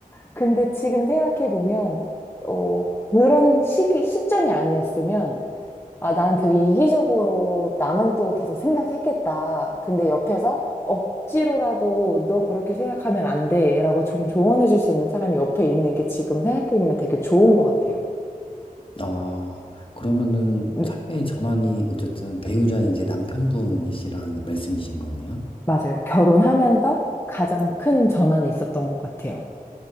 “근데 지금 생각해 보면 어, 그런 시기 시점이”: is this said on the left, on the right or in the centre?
Left